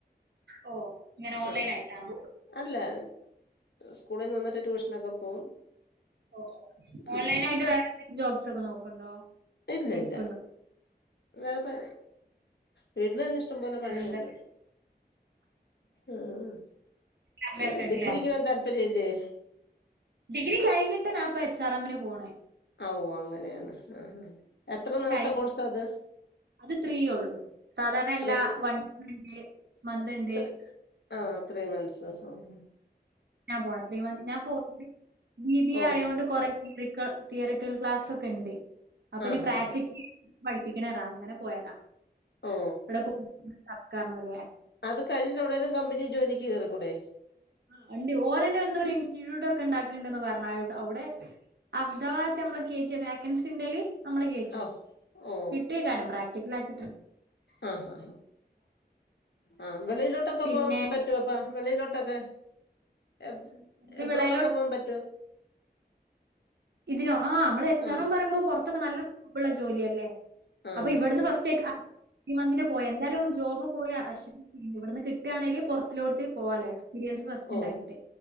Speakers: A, on the right (about 75°); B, on the left (about 80°).
A: ഓ ഇങ്ങനെ ഓൺലൈൻ
B: എഹ്
A: ആയിട്ടാണോ
B: അല്ല സ്കൂളിൽന്ന് വന്നിട്ട് ട്യൂഷനൊക്കെ പോവും
A: ഓ ഓൺലൈനായിട്ട്
B: ഉം
A: വേറെ വല്ല ജോബ്സ് ഒക്കെ നോക്കണ്ടോ
B: ഇല്ല
A: ഇടുക്ക്ണ്ടോ
B: ഇല്ല വേറെ വീട്ടിലന്നെ ഇഷ്ടംപോലെ പണിയുണ്ട്
A: എന്താ
B: ഏഹ്
A: സമയൊക്കെണ്ട്ല്ലേ
B: പിന്നെ ഡിഗ്രിക്ക് പോവാൻ താല്പര്യല്ലേ
A: ഡിഗ്രി കഴിഞ്ഞിട്ട് ഞാപ്പ എച്ച് ആർ എമ്മിന് പോണേ
B: ആഓ അങ്ങനെയാണ് ആഹ് അ എത്ര നാളത്തെ
A: കഴിഞ്ഞ്
B: കോഴ്സ് അത്
A: അത് ത്രീ ഉള്ളു സാധാരണ എല്ല
B: ത്രീ
A: വൺ <inaudible> ഇണ്ട് മന്ത് ഇണ്ട്
B: ത്രീ ആ ത്രീ മന്ത്സ് ഓ ഓ
A: ഞാൻ പോണ ത്രീ മ ഞാൻ പോ ബി ബി
B: ഓ
A: എ ആയൊണ്ട് കൊറേ ഫീ ട്രിക്ക തിയറിക്കൽ ക്ലാസ്സൊക്കെ ഇണ്ട് അപ്പൊ
B: ആ
A: ഇനി
B: ഹാ
A: പ്രാക്ടിക്കല
B: ഹാ
A: പഠിപ്പിക്കണറാവും അങ്ങനെ പോയതാ
B: ഓ
A: ഇവിടെ <inaudible> ക്കക്കാർന്നുലേ
B: അത് കഴിഞ്ഞട്ട എവിടോലും കമ്പിനി ജോലിക്ക് കയറിക്കൂടെ.
A: ആ ഉണ്ട് ഓരന്നെ എന്തോ ഒരു ഇൻസ്റ്റിറ്റ്യൂട്ട് ഒക്കെ ഉണ്ടാക്കണ്ടന്ന് പറഞ്ഞ അവിടെ അർധവാത്തെ നമ്മള് കേയറ്റിയ വാക്കൻസിന്റെേല് നമ്മള് കേച്ചു
B: ഓ ഓ
A: കിട്ടിയ കാരും പ്രാക്ടിക്കല് ആക്കി
B: ആ ആ ആ ആ വെളിയിലോട്ടൊക്കെ
A: പിന്നെ
B: പോ പറ്റോപ്പ വെളിയിലോട്ട്. ട്ടൊക്കെ എ
A: എന്ത്
B: എബ്രോഡൊക്കെ
A: വിളയിലോ
B: പോകാൻ പറ്റുവ
A: ഇതിനോ ആഹ് നമ്മള് എച്ച്
B: ആ
A: ആർ എം പറയുമ്പോ പുറത്തൊക്കെ നല്ല സ്കോപ്പുള്ള ജോലി അല്ലേ.
B: ആ
A: അപ്പൊ
B: നല്ലേ
A: ഇവിടുന്ന് ഫസ്റ്റ് മന്തിന് പോയ എന്തായാലും ജോബ് പോയ അശ് ഇവിടുന്ന് കി ആണേല് പുറത്തിലോട്ട് പോവാലോ എക്സ്പീരിയൻസ് ഫസ്റ്റ്
B: ഓ
A: ഉണ്ടാക്കിയിട്ട്